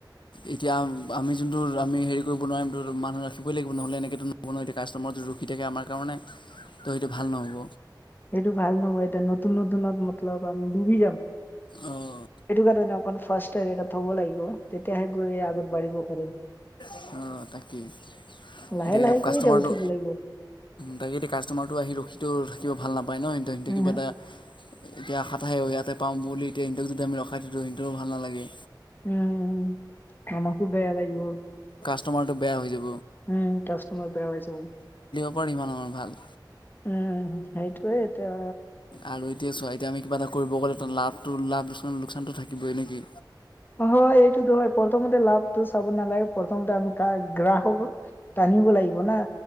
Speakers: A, on the left (about 85°); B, on the left (about 25°).
A: এতিয়া আ আমি যোনটো আমি হেৰি কৰিব নোৱাৰিম, এইটোতো মানুহ ৰাখিবই লাগিব নহ'লে এনেকৈতো নহ'ব ন, এতিয়া কাষ্টমাৰ ৰখি থাকে আমাৰ কাৰণে ত' সেইটো ভাল নহ'ব।
B: সেইটো ভাল নহয়, এতিয়া নতুন নতুনত মতলব আমি ডুবি যাম।
A: অঁ
B: এইটো কাৰণে অকল ফষ্টটোত এটা থ'ব লাগিব। তেতিয়াহে গৈ আগবাঢ়িব পাৰিম।
A: অ', তাকে,
B: লাহে
A: এতিয়া
B: লাহেকে
A: কাষ্টমাৰটো
B: এতিয়া উঠিব লাগিব
A: তাকে এতিয়া কাষ্টমাৰটো আহি ৰখি থাকিব ভাল নাপায় ন সিহঁতে
B: উম
A: কিবা এটা এতিয়া আশা থাকে আহে ইয়াতে পাম বুলি এতিয়া সিহঁতক যদি আমি ৰখাই থাকো সিহঁতৰো ভাল নালাগে
B: উম আমাক বেয়া লাগিব
A: আমাৰতো বেয়া হৈ যাব।
B: উম কাষ্টমাৰ বেয়া হৈ যাব।
A: পৰিমানৰ ভাল
B: উম এইটোয়ে এতিয়া
A: আৰু এতিয়া চোৱা এতিয়া আমি কিবা এটা কৰিব গ'লে লাভটো লাভ লোকচানটো থাকই নে কি।
B: হয় এইটো দো হয় প্ৰথমতে লাভটো চাব নালাগে প্ৰথমতে আমি গ্ৰাহক আনিব লাগিব না,